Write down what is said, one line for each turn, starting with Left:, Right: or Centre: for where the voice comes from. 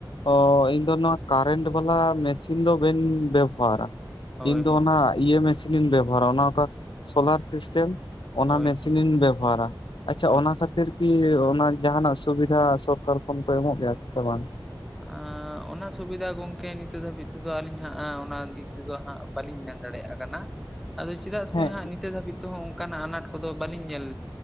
Left: ᱚ ᱤᱧ ᱫᱚ ᱱᱚᱣᱟ ᱠᱟᱨᱮᱱᱴ ᱵᱟᱞᱟ ᱢᱮᱥᱤᱱ ᱫᱚ ᱵᱟᱹᱧ ᱵᱮᱵᱚᱦᱟᱨᱟ,
Centre: ᱦᱳᱭ
Left: ᱤᱧ ᱫᱚ
Centre: ᱦᱳᱭ
Left: ᱚᱱᱟ ᱤᱭᱟᱹ ᱢᱮᱥᱤᱱᱤᱧ ᱵᱮᱵᱚᱦᱟᱨᱟ, ᱚᱱᱟ ᱚᱱᱠᱟ ᱥᱳᱞᱟᱨ ᱥᱤᱥᱴᱮᱢ, ᱚᱱᱟ
Centre: ᱦᱳᱭ
Left: ᱢᱮᱥᱤᱱᱤᱧ
Centre: ᱦᱳᱭ
Left: ᱵᱮᱵᱚᱦᱟᱨᱟ ᱾ᱟᱪᱷᱟ
Centre: ᱦᱳᱭ
Left: ᱚᱱᱟ ᱠᱷᱟᱹᱛᱤᱨ ᱠᱷᱟᱹᱛᱤᱨ ᱠᱤ ᱚᱱᱟ ᱡᱟᱦᱟᱱᱟᱜ ᱥᱩᱵᱤᱫᱷᱟ ᱥᱚᱨᱠᱟᱨ ᱠᱷᱚᱱ ᱠᱚ ᱮᱢᱚᱜ ᱜᱮᱭᱟ ᱥᱮ ᱵᱟᱝ?
Centre: ᱟᱨ <unintelligible> ᱚᱱᱟ ᱥᱩᱵᱤᱫᱷᱟ ᱜᱚᱝᱠᱮ ᱱᱤᱛᱚᱜ ᱫᱷᱟᱹᱵᱤᱡ ᱛᱮᱫᱚ ᱟᱹᱞᱤᱧ ᱦᱟᱸᱜ ᱚᱱᱟ ᱫᱤᱠ ᱛᱮᱫᱚ ᱦᱟᱸᱜ ᱵᱟᱹᱞᱤᱧ ᱢᱮᱱ ᱫᱟᱲᱮᱭᱟᱜ ᱠᱟᱱᱟ᱾ ᱟᱫᱚ ᱪᱮᱫᱟᱜ ᱥᱮ
Left: ᱦᱮᱸ
Centre: ᱦᱟᱸᱜ ᱱᱤᱛᱚᱜ ᱫᱷᱟᱹᱵᱤᱡ ᱛᱮᱦᱚᱸ ᱚᱱᱠᱟᱱᱟᱜ ᱟᱱᱟᱴ ᱠᱚᱫᱚ ᱵᱟᱹᱞᱤᱧ ᱧᱮᱞ